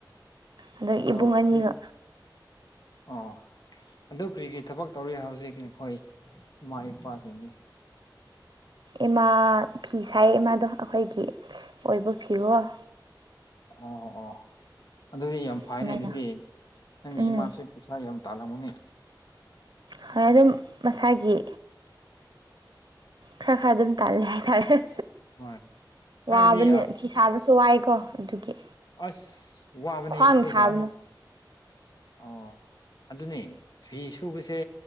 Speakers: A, on the right (about 65°); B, on the left (about 55°).
A: ꯑꯗꯒꯤ
B: ꯑꯗꯣ
A: ꯏꯕꯨꯡ ꯑꯅꯤꯒ
B: ꯀꯔꯤ ꯑꯣ ꯑꯗꯨ ꯀꯔꯤ ꯀꯔꯤ ꯊꯕꯛ ꯇꯧꯔꯤ ꯍꯧꯖꯤꯛ ꯅꯈꯣꯏ ꯏꯃꯥ ꯏꯄꯥꯁꯤꯡꯗꯤ
A: ꯏꯃꯥ ꯐꯤ ꯁꯥꯏ ꯏꯃꯥꯗꯣ ꯑꯈꯣꯏꯒꯤ ꯑꯣꯏꯕ ꯐꯤꯔꯣꯜ
B: ꯑꯣ ꯑꯣ ꯑꯗꯨꯗꯤ ꯌꯥꯝ
A: ꯑꯗꯨꯃꯥꯏꯅ
B: ꯐꯥꯏꯅꯦ ꯑꯗꯨꯗꯤ ꯅꯪꯒꯤ
A: ꯎꯝ
B: ꯏꯃꯥꯥꯁꯨ ꯄꯩꯁꯥ ꯌꯥꯝ ꯇꯥꯜꯂꯝꯒꯅꯤ
A: ꯈꯔ ꯑꯗꯨꯝ ꯃꯁꯥꯒꯤ ꯈꯔ ꯈꯔ ꯑꯗꯨꯝ ꯇꯥꯜꯂꯦ ꯍꯥꯏꯇꯥꯔꯦ
B: ꯍꯣꯏ ꯍꯥꯏꯕꯗꯤ
A: ꯋꯥꯕꯅꯦ ꯐꯤ ꯁꯥꯕꯁꯨ ꯋꯥꯏꯀꯣ ꯑꯗꯨꯒꯤ
B: ꯑꯁ ꯋꯥꯕꯅꯦ
A: ꯈ꯭ꯋꯥꯡꯅ
B: ꯑꯗꯨꯒ
A: ꯁꯥꯕꯅ
B: ꯑꯣ ꯑꯗꯨꯅꯦ ꯐꯤ ꯁꯨꯕꯁꯦ